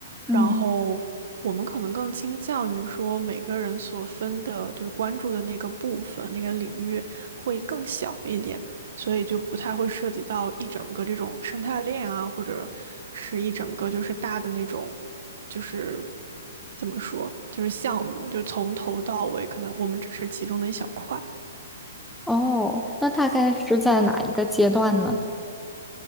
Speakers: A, on the right; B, in the centre.
A: 然后我们可能更倾向于说每个人所分的就是关注的那个部分、
B: 嗯，
A: 那个领域会更小一点，所以就不太会涉及到一整个这种生态链啊，或者是一整个就是大的那种就是怎么说，就是项目，就从头到尾，可能我们只是其中的一小块。
B: 哦，那大概是在哪一个阶段呢？